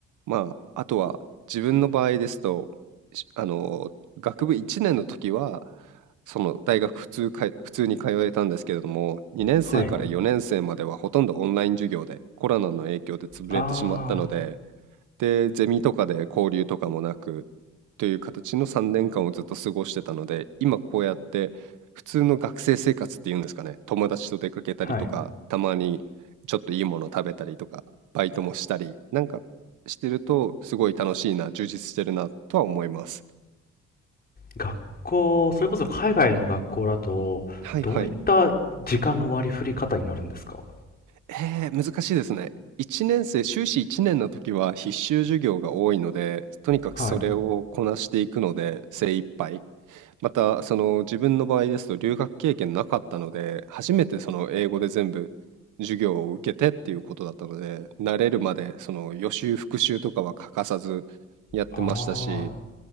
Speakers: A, on the right; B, on the left.
A: まあ、あとは自分の場合ですと、しあの、学部1年の時は、その大学普通かい、普通に通えたんですけれども、2年生から4年生まではほとんどオンライン授業で、
B: はい。
A: コロナの影響で潰れてしまったので、
B: あ
A: でゼミとかで交流とかもなくという形の3年間をずっと過ごしてたので今こうやって普通の学生生活っていうんですかね友達と出かけたりとかたまにちょっといいもの食べたりとかバイトもしたりなんかしてるとすごい楽しいな充実してるなとは思います。
B: あ、はい。学校、それこそ海外の学校だと、
A: はいはい。
B: どういった時間の割り振り方になるんですか
A: えー、難しいですね。1年生、修士1年の時は必修授業が多いので、とにかくそれをこなしていくので精一杯
B: はい。
A: また、その自分の場合ですと留学経験なかったので、初めてその英語で全部授業を受けてっていうことだったので、慣れるまでその予習復習とかは欠かさずやってましたし、
B: ああ、